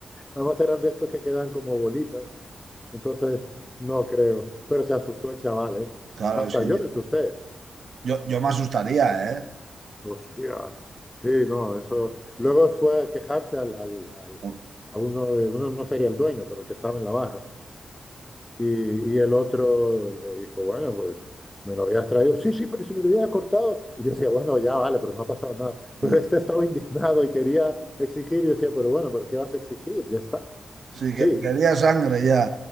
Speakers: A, on the left (about 15°); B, on the right (about 70°).
A: Además eran de estos que quedan como bolitas. Entonces, no creo. Pero se asustó el chaval, ¿eh?
B: Claro,
A: Hasta
B: es que
A: yo
B: yo,
A: me asusté.
B: yo, yo me asustaría, ¿eh?
A: Hostia. Sí, no, eso. Luego fue a quejarse al, al- al-
B: Mm,
A: a uno, de- uno no sería el dueño, pero el que estaba en la barra. Y, y el otro le dijo, bueno, pues me lo habías traído. Sí, sí, pero si me lo hubiera cortado. Y yo decía, bueno, ya vale, pero no ha pasado nada. Pero
B: mm.
A: este estaba indignado y quería exigir. Y yo decía, pero bueno, ¿pero qué vas a exigir? Ya está.
B: Sí,
A: Sí,
B: que- quería sangre ya.